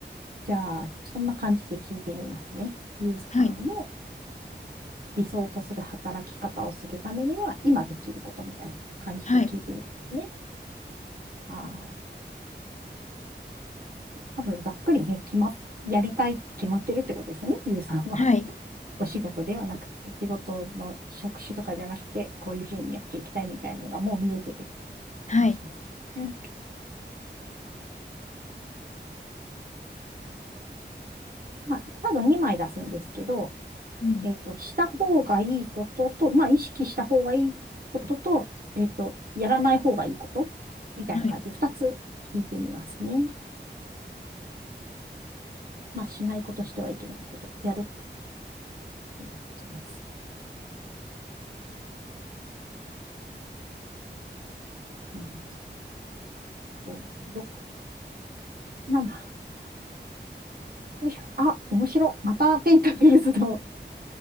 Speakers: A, on the right (about 50°); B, on the left (about 40°).
A: じゃあ、そんな感じで聞いてみますね。ゆうさんの
B: はい。
A: 理想とする働き方をするためには、今できることみたいな感じで聞いてみますね。
B: はい、
A: はい。多分、ざっくりね、決まっ、やりたいって決まってるってことですよね、ゆうさんは。
B: はい、
A: お仕事ではなく、お仕事の職種とかじゃなくて、こういうふうにやっていきたいみたいなのがもう見えてる
B: はい。
A: 感じです。うんまあ、カード2枚出すんですけど、
B: うん。
A: えっと、した方がいいことと、まあ、意識した方がいいことと、えっと、やらない方がいいことみたいな感じで2つ聞いてみますね。
B: はい。
A: まあ、しないことしてはいけないこと、やる、こんな感じです。うん、5、ろくな7。よいしょ。あ、面白。またペンタクルズの